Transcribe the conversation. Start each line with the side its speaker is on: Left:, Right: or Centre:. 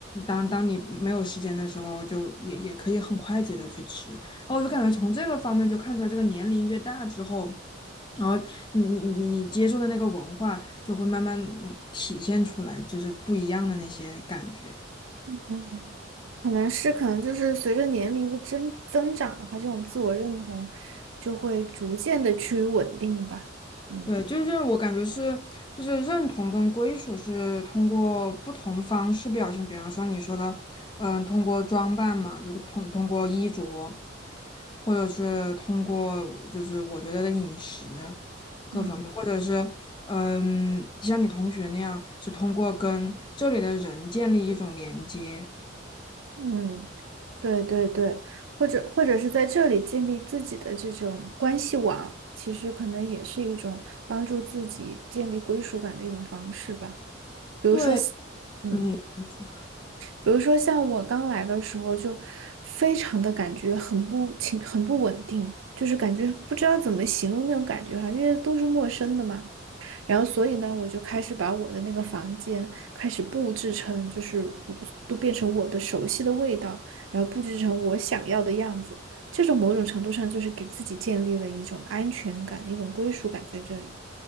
Left: 当当你没有时间的时候就也也可以很快捷的去吃。然后我就感觉从这个方面就看出来，这个年龄越大之后。然后你你你你接受的那个文化就会慢慢嗯体现出来，就是不一样的那些感觉。
Right: 嗯，可能是可能就是随着年龄的增增长的话，这种自我认同就会逐渐的趋于稳定吧。嗯
Left: 对，就是我感觉是，就是认同跟归属是通过不同方式表现，比方说你说的，嗯，通过装扮嘛，就通通过衣着，或者是通过就是我觉得的饮食各方面，
Right: 嗯。
Left: 或者是嗯，像你同学那样，是通过跟这里的人建立一种连接。
Right: 嗯，对对对，或者或者是在这里建立自己的这种关系网，其实可能也是一种帮助自己建立归属感的一种方式吧。比如说像嗯，
Left: 对，嗯，你你说。
Right: 比如说像我刚来的时候，就非常的感觉很不情，很不稳定，就是感觉不知道怎么形容那种感觉哈，因为都是陌生的嘛。然后，所以呢，我就开始把我的那个房间开始布置成，就是我都变成我的熟悉的味道，然后布置成我想要的样子。这种某种程度上就是给自己建立了一种安全感，一种归属感在这里。